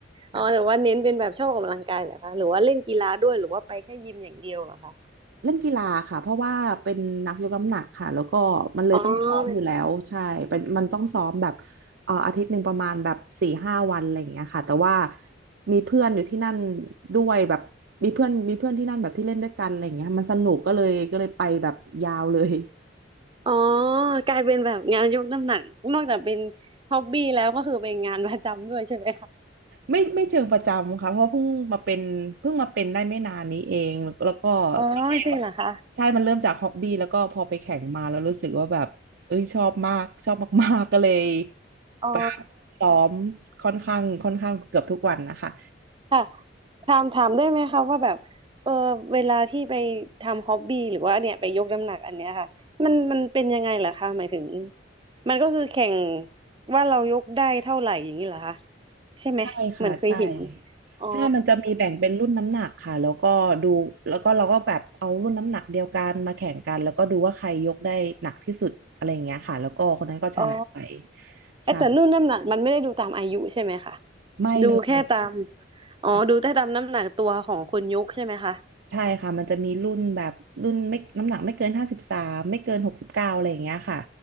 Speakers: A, on the right (about 25°); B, on the right (about 65°).
A: อ๋อแต่ว่าเน้นเป็นแบบชอบออกกำลังกายเหรอคะหรือว่าเล่นกีฬาด้วยหรือว่าไปแค่ยิมอย่างเดียวเหรอคะ
B: ่ะ เล่นกีฬาค่ะเพราะว่าเป็นนักยกน้ำหนักค่ะแล้วก็มันเลยต้องซ้อมอยู่แล้วใช่เป็นมันต้องซ้อมแบบ
A: อ๋อเป็น
B: เอ่ออาทิตย์หนึ่งประมาณแบบสี่ห้าวันอะไรอย่างเงี้ยค่ะแต่ว่ามีเพื่อนอยู่ที่นั่นด้วยแบบมีเพื่อนมีเพื่อนที่นั่นแบบที่เล่นด้วยกันอะไรอย่างเงี้ยมันสนุกก็เลยก็เลยไปแบบยาวเลย
A: อ๋อกลายเป็นแบบงานยกน้ำหนักนอกจากเป็นฮ็อบบี้แล้วก็คือเป็นงานประจำด้วยใช่ไหมคะ
B: ไม่ไม่เชิงประจำค่ะเพราะเพิ่งมาเป็นเพิ่งมาเป็นได้ไม่นานนี้เองแล้วแล้วก็ตอนแรกอะ
A: อ๋อจริงเหรอคะ
B: ใช่มันเริ่มจากฮ็อบบี้แล้วก็พอไปแข่งมาแล้วรู้สึกว่าแบบเอ้ยชอบมากชอบมากๆก็เลย
A: อ๋อ
B: แบบซ้อมค่อนข้างค่อนข้างเกือบทุกวันนะคะ
A: ค่ะถามถามได้ไหมคะว่าแบบเออเวลาที่ไปทำฮ็อบบี้หรือว่าเนี่ยไปยกน้ำหนักอันเนี้ยค่ะมันมันเป็นยังไงเหรอคะหมายถึงมันก็คือแข่งว่าเรายกได้เท่าไหร่อย่างนี้เหรอคะใช่ไหมเหมือนเคยเห็น
B: ใช่ค่ะใช่
A: อ๋อ
B: ใช่มันจะมีแบ่งเป็นรุ่นน้ำหนักค่ะแล้วก็ดูแล้วก็เราก็แบบเอารุ่นน้ำหนักเดียวกันมาแข่งกันแล้วก็ดูว่าใครยกได้หนักที่สุดอะไรอย่างเงี้ยค่ะแล้วก็คนนั้นก็ชนะไป
A: อ๋อเอยแต่รุ่นน้ำหนักมันไม่ได้ดูตามอายุใช่ไหมคะ
B: ใช่ไม่เลย
A: ดูแค่ตามอ๋อดูแต่ตามน้ำหนักตัวของคนยกใช่ไหมคะ
B: ใช่ค่ะมันจะมีรุ่นแบบรุ่นไม่น้ำหนักไม่เกินห้าสิบสามไม่เกินหกสิบเก้าอะไรอย่างเงี้ยค่ะ